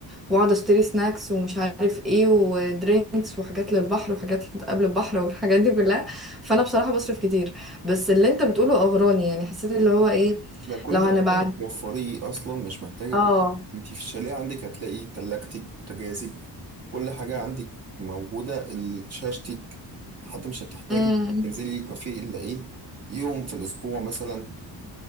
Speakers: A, in the centre; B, on the right (about 35°).
A: واقعد اشتري سناكس ومش عارف ايه ودرينكس وحاجات للبحر وحاجات قبل البحر والحاجات دي كلها فانا بصراحة بصرف كتير بس اللي انت بتقوله اغراني يعني حسيت اللي هو ايه
B: ده كل
A: لو
B: ده
A: هنبقى
B: أصلا توفريه أصلا مش محتاجة
A: اه
B: كل... أنت في الشاليه عندك هتلاقي تلاجتك بوتاجازك كل حاجة عندك موجودة ال- شاشتك حتى مش هتحتاجي
A: امم.
B: تنزلي كافيه إلا إيه يوم في الأسبوع مثلا